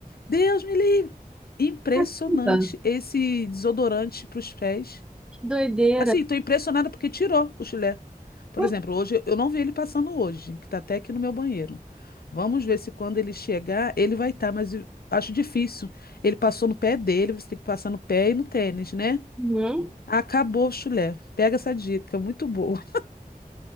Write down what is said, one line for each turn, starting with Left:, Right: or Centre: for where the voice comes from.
Left: Deus me livre. Impressionante
Centre: Eita, <laughs>
Left: esse desodorante para os pés.
Centre: que doideira.
Left: Assim, estou impressionada porque tirou o chulé. Por
Centre: Poxa,
Left: exemplo, hoje eu não vi ele passando hoje, que está até aqui no meu banheiro. Vamos ver se quando ele chegar, ele vai estar, mas eu acho difícil. Ele passou no pé dele, você tem que passar no pé e no tênis, né?
Centre: hum.
Left: Acabou o chulé. Pega essa dica, muito boa.